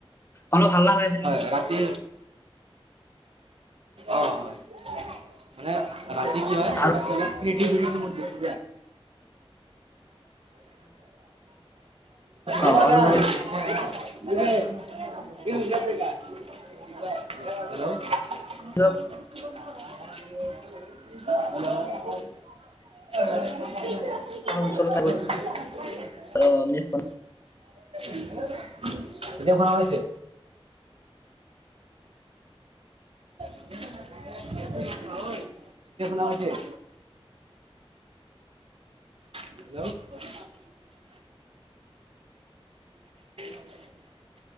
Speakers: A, on the left; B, on the right.
A: অলপ হাল্লা হৈ আছে নেকি
B: হয় ৰাতি অ হয় মানে ৰাতি কি হয়
A: আৰু
B: ৰাতি অলপ ক্সিয়েতিবিলিতি টো বেছি
A: অ
B: আহে
A: অলপ
B: <unintelligible> <unintelligible> <unintelligible> হেল্ল' <unintelligible>
A: অলপ
B: <unintelligible> হেল্ল <unintelligible>
A: ওচৰত
B: <inaudible>
A: আহিব
B: <unintelligible> এতিয়া শুনা পাইছে <unintelligible> ঐ এতিয়া শুনা পাইছে <unintelligible> হেল্ল' <unintelligible>